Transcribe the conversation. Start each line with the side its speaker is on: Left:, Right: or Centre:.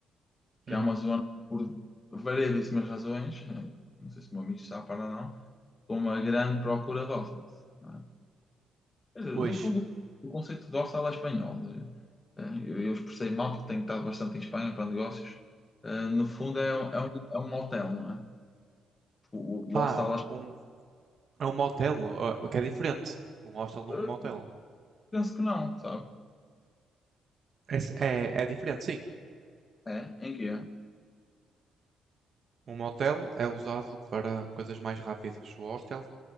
Left: que
Right: Uhum.
Left: é uma zona, por variedíssimas razões, eh, não sei se o meu amigo está a par ou não, com uma grande procura dorsal. não é? Quer dizer,
Right: Pois.
Left: no fundo, o conceito de dorsal é espanhol. Eh, eh, Eu, eu expressei mal, porque tenho estado bastante em Espanha para negócios. Eh, no fundo,
Right: Uhum.
Left: é, um, é um é um hotel, não é? O, o, o
Right: Ah,
Left: hostel,
Right: um,
Left: acho-
Right: um, é um motel, ah, que é diferente. Um hostel de um
Left: eh,
Right: motel.
Left: penso que não, sabe?
Right: É, s- é, é diferente, sim.
Left: É? Em que é?
Right: Um motel é usado para coisas mais rápidas. O hostel,